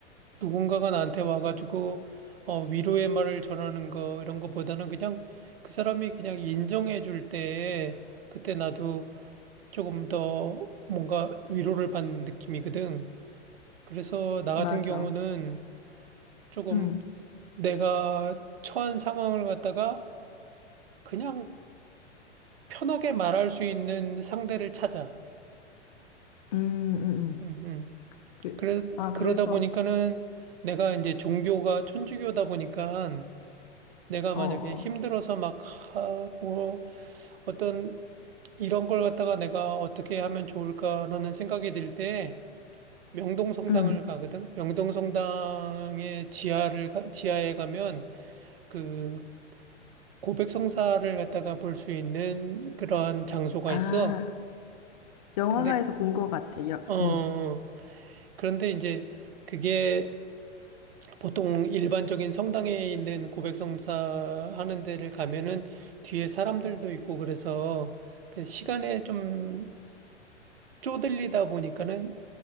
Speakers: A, on the right (about 55°); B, on the left (about 40°).
A: 누군가가 나한테 와가지고, 어, 위로의 말을 전하는 거, 이런 거보다는 그냥 그 사람이 그냥 인정해 줄 때, 그때 나도 조금 더 뭔가 위로를 받는 느낌이거든. 그래서 나 같은
B: 맞아.
A: 경우는 조금
B: 음.
A: 내가 처한 상황을 갖다가 그냥 편하게 말할 수 있는 상대를 찾아.
B: 음, 음,
A: 음,
B: 음.
A: 음.
B: 그,
A: 그래,
B: 아,
A: 그러다
B: 그래서,
A: 보니까는 내가 이제 종교가 천주교다 보니까 내가
B: 어,
A: 만약에
B: 어.
A: 힘들어서 막, 아, 뭐, 어떤 이런 걸 갖다가 내가 어떻게 하면 좋을까라는 생각이 들 때 명동성당을
B: 음.
A: 가거든. 명동성당의 지하를, 가- 지하에 가면 그 고백성사를 갖다가 볼 수 있는 그러한 장소가
B: 아,
A: 있어.
B: 영화관에서
A: 근데,
B: 본 것 같아. 여,
A: 어,
B: 음.
A: 그런데 이제 그게 보통 일반적인 성당에 있는 고백성사 하는 데를 가면은 뒤에 사람들도 있고 그래서 그 시간에 좀 쪼들리다 보니까는